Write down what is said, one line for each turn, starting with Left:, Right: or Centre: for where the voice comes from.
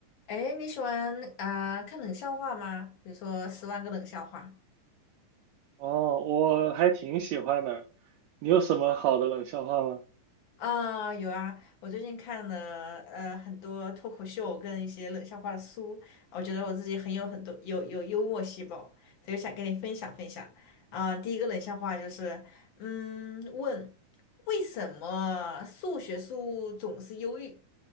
Left: 哎，你喜欢啊、呃看冷笑话吗？比如说《十万个冷笑话》
Right: 哦，我还挺喜欢的。你有什么好的冷笑话吗？
Left: 啊，有啊，我最近看了呃很多脱口秀跟一些冷笑话的书，我觉得我自己很有很多有有幽默细胞，所以想跟你分享分享啊、第一个冷笑话就是，嗯，问为什么数学书总是忧郁？